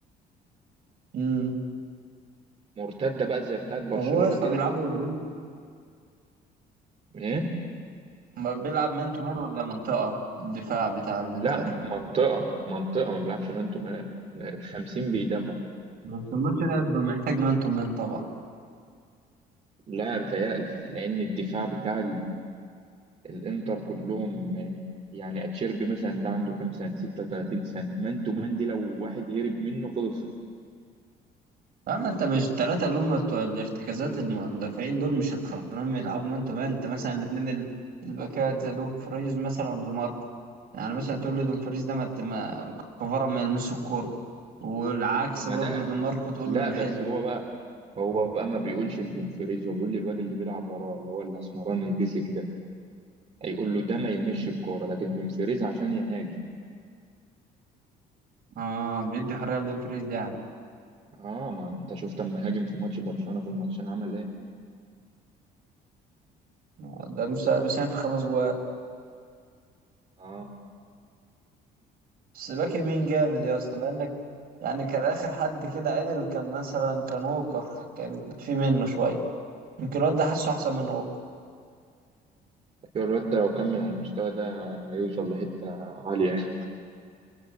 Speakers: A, on the right; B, on the right.
A: امم
B: مرتدة بقى زي بتاعت برشلونة
A: طب هو يا اسطى
B: كده
A: بيلعبوا من...
B: ايه
A: ما بيلعب مان تو مان ولا منطقة الدفاع بتاع الانتر
B: لا منطقة منطقة ما بيلعبش مان تو مان الخمسين بيدافعوا
A: بس الماتش ده هيبقى محتاج مان تو مان طبعا
B: لا بيتهيألي لأن الدفاع بتاع الانتر كلهم آه، يعني اتشيربي مثلا ده عنده كام سنه 36 سنه مانتو مان دي لو واحد هرب منه خلص
A: اما انت مش الثلاثه اللي هم بتوع الارتكازات الم- المدافعين دول مش هتخليهم يلعبوا مان تو مان انت مثلا الاثنين ال- الباكات زي دومفريز مثلا ودي ماركو يعني مثلا تقول لي دومفريز ده ما ت- ما كفاره ما يلمسش الكوره والعكس
B: ما
A: برضو
B: ده
A: دي ماركو تقول
B: لا
A: له الحلو
B: بس هو بقى هو بقى ما بيقولش لدونفريز هو بيقول للواد اللي بيلعب وراه اللي هو الاسمراني البيسك ده هيقول له ده ما يلمش الكوره لكن دونفريز عشان يهاجم
A: اه بيدي حريه لدومفريز ده يعني
B: اه ما انت شفت اما هاجم في ماتش برشلونه في الماتشين عمل ايه
A: آه، ده مسا- مساهم في خمس جوان
B: اه
A: بس باك يمين جامد يا اسطى بانك يعني كان اخر حد كده عدل كان مثلا كان ووكر كان في منه شويه يمكن الواد ده حاسه احسن من ووكر
B: الواد ده لو كمل على المستوى ده هيوصل لحته عاليه يعني